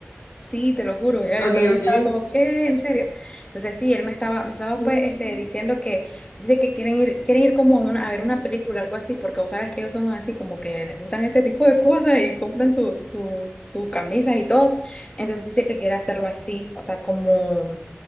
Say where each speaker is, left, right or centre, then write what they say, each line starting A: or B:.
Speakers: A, on the left; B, on the left.
A: Sí, te lo juro, mira,
B: Ok,
A: yo también
B: ok.
A: estaba como, ¿qué? ¿En serio? Entonces sí, él me estaba, me estaba
B: Mm.
A: pues este, diciendo que, dice que quieren ir, quieren ir como a, una- a ver una película, algo así, porque vos sabes que ellos son así, como que les gustan ese tipo de cosas y compran sus su, su camisas y todo. Entonces dice que quiere hacerlo así, o sea, como,